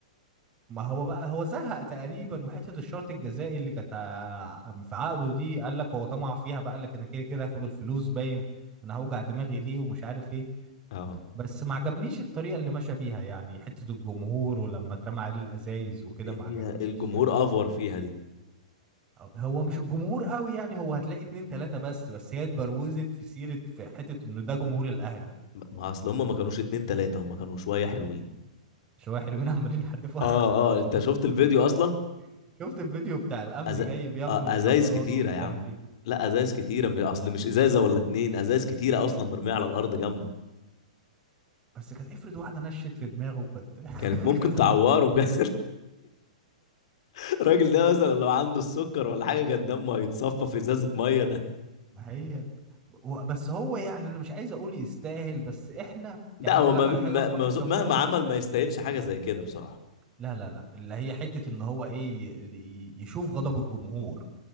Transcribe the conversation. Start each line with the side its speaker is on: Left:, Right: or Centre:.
Right: ما هو بقى هو زهق تقريبا وحتة الشرط الجزائي اللي كانت ع- في عقده دي قال لك هو طمع فيها بقى قال لك انا كده كده هاخد الفلوس باين انا هوجع دماغي ليه ومش عارف ايه
Left: اه
Right: بس ما عجبنيش الطريقة اللي مشى بيها يعني حتة الجمهور ولما اترمى عليه الأزايز وكده
Left: هي
Right: ما عجبتنيش
Left: الجمهور
Right: يعني
Left: افور فيها دي
Right: هو مش الجمهور قوي يعني هو هتلاقي اتنين تلاتة بس بس هي اتبروزت في سيرة في حتة إنه ده جمهور الأهلي
Left: ما اصل هم ما كانوش اتنين تلاتة هم كانوا شوية حلوين
Right: شوية حلوين عمالين يحدفوا
Left: اه اه انت شفت الفيديو اصلا
Right: <laughs> شفت الفيديو بتاع الأمن
Left: أز...
Right: جاي بياخده
Left: آه،
Right: وبيخبي
Left: ازايز
Right: راسه
Left: كتيره
Right: ومش
Left: يا عم
Right: عارف إيه
Left: لا ازايز كتيره مش اصل مش ازازه ولا اتنين ازايز كتيره اصلا مرميه على الارض جنبه
Right: بس كانت افرض واحدة نشت في دماغه كانت <laughs>
Left: كانت ممكن
Right: كانت
Left: تعوره
Right: هتبقى وحشة.
Left: بجد <laughs> الراجل ده مثلا لو عنده السكر ولا حاجه كان دمه هيتصفى في ازازه ميه ده
Right: ما هي و- بس هو يعني أنا مش عايز أقول يستاهل بس إحنا
Left: لا
Right: يعني
Left: هو
Right: أقول
Left: ما
Right: لك
Left: ما-
Right: على حاجة في
Left: ما-
Right: ماتش سان
Left: مهما
Right: داونز
Left: عمل ما يستاهلش حاجه زي كده بصراحه
Right: لا لا لا اللي هي حتة ان هو ايه ي- ي- يشوف غضب الجمهور